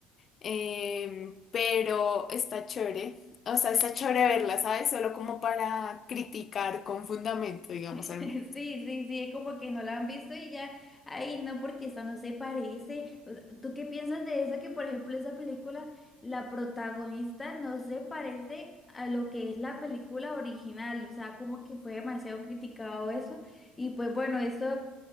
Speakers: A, on the left; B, on the left.
A: em, pero está chévere. O sea, está chévere verla, ¿sabes? Solo como para criticar con fundamento, digamos.
B: <laughs>
A: al
B: Sí,
A: menos.
B: sí, sí, es como que no la han visto y ya, ay, no, porque esa no se parece. O sea, ¿Tú qué piensas de eso? Que por ejemplo esa película, la protagonista no se parece a lo que es la película original, o sea, como que fue demasiado criticado eso y pues bueno, eso